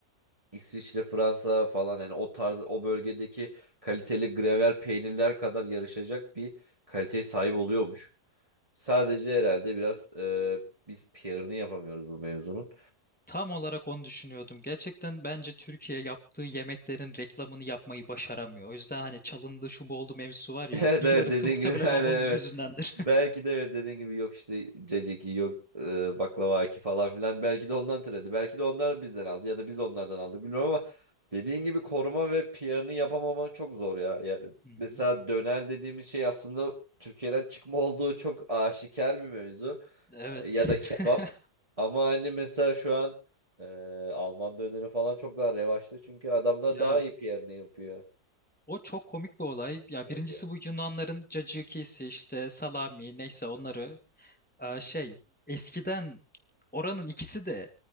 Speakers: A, on the right; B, in the centre.
A: İsviçre, Fransa falan yani o tarz o bölgedeki kaliteli grevel peynirler kadar yarışacak bir kaliteye sahip oluyormuş. Sadece herhalde biraz e, biz PR'ını yapamıyoruz bu mevzunun.
B: Tam olarak onu düşünüyordum. Gerçekten bence Türkiye yaptığı yemeklerin reklamını yapmayı başaramıyor. O yüzden hani çalındı şu bu oldu mevzusu var
A: <laughs>
B: ya
A: Evet
B: bir
A: evet
B: yarısı
A: dediğin
B: muhtemelen
A: gibi <laughs> aynen
B: onun
A: evet.
B: yüzündendir.
A: Belki de evet dediğin gibi yok işte caciki yok e, baklava aki falan filan belki de ondan türedi. Belki de onlar bizden aldı ya da biz onlardan aldık bilmiyorum ama dediğin gibi koruma ve PR'ını yapamama çok zor ya. Yani
B: <laughs> Hı hı.
A: mesela döner dediğimiz şey aslında Türkiye'den çıkma olduğu çok aşikar bir mevzu
B: Evet.
A: ya da kebap
B: <laughs>
A: ama hani mesela şu an e, Alman döneri falan çok daha revaçta çünkü adamlar
B: Ya
A: daha iyi PR'ını yapıyor.
B: O çok komik bir olay. Ya
A: Evet
B: birincisi bu Yunanların cacıkisi işte salami neyse onları e, şey eskiden oranın ikisi de